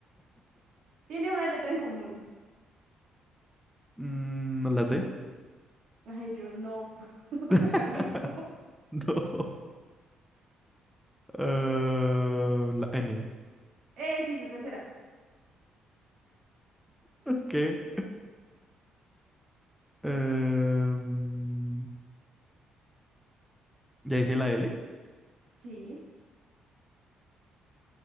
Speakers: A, on the right (about 75°); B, in the centre.
A: tiene una letra en común.
B: Mm, No la D.
A: Ay, Dios, no. <laughs> Otro
B: <laughs>
A: palito.
B: No. Eh, la N.
A: Eh, sí, la tercera.
B: ¿Qué? Em, ya dije la L.
A: Sí.